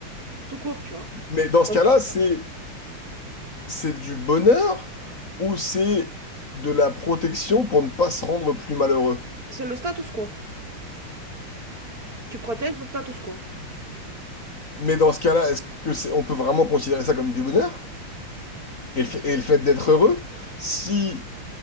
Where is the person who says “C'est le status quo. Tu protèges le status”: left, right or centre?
Right